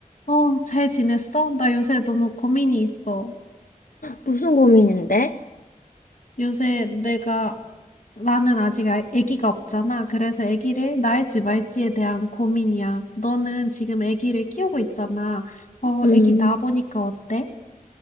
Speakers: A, on the left; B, on the left.
A: 어, 잘 지냈어? 나 요새 너무 고민이 있어.
B: 무슨 고민인데?
A: 요새 내가, 나는 아직 아- 아기가 없잖아. 그래서 아기를 낳을지 말지에 대한 고민이야. 너는 지금 아기를 키우고 있잖아. 어,
B: 음,
A: 아기 낳아보니까 어때?